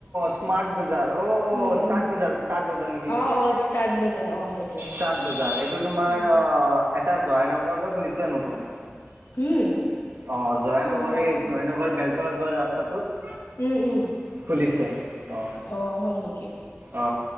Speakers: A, on the right; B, on the left.
A: স্মাৰ্ট বজাৰ। অ অ
B: উম,
A: ষ্টাৰ্ট
B: উম,
A: বজাৰ ষ্টাৰ্ট বজাৰ নেকি এইটো?
B: অ', অ' ষ্টাৰ্ট বজাৰ অ' সেইটো।
A: স্মাৰ্ট বজাৰ এইটো তোমাৰ
B: উম,
A: অ, এটা জয়া নগৰতো খুলিছে নতুন।
B: উম।
A: অ, জয়ানগৰ
B: অ'
A: -জয়ানগৰ বেলতলা যোৱা ৰাস্তাটোত।
B: উম, উম
A: খুলিছে অ
B: আহ হয় নেকি?
A: অ